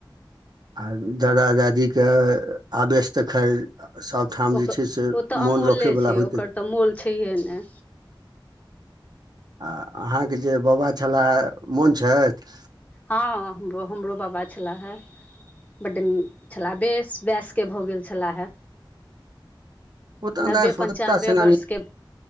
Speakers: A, on the right; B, on the left.
A: आ दादा दादी के आबेस तऽ खैर सभठाम
B: ओकर
A: जे छै से
B: ओ तऽ
A: मोन
B: अमूल्ये
A: रखयवला
B: छै
A: होइत
B: ओकर
A: <inaudible>
B: तऽ मोल छैहे ने
A: आ अहाँके जे बाबा छलए मोन छथि?
B: हँ हमरो हमरो बाबा छेलैहे बड्ड नीक छला बेस वयस्के भऽ गेल छलैहे।
A: ओ तऽ
B: नब्बे
A: अन्दाज स्वतन्त्रता
B: पञ्चानबे
A: सेनानी
B: वर्षके